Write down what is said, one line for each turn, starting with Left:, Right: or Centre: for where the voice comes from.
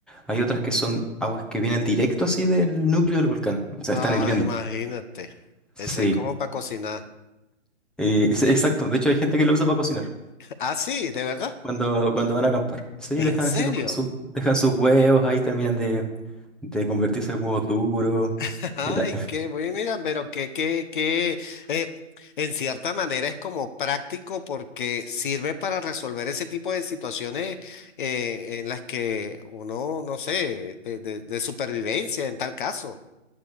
Centre: Hay otras que son aguas que vienen directo así del núcleo del volcán, o sea,
Left: Ah,
Centre: están hirviendo.
Left: imagínate. Ese
Centre: Sí,
Left: es como para cocinar.
Centre: eh, es- exacto. De hecho, hay gente que lo usa para cocinar.
Left: Ah, sí, de verdad.
Centre: Cuando, cuando van a acampar. Sí,
Left: ¿En
Centre: dejan
Left: serio?
Centre: así los- su- dejan sus huevos ahí, terminan de, de convertirse en huevos duros.
Left: <laughs> Ay,
Centre: Y la-
Left: qué bueno, mira, pero que, que, que, eh, en cierta manera es como práctico porque sirve para resolver ese tipo de situaciones eh, en las que uno, no sé, de, de de supervivencia en tal caso.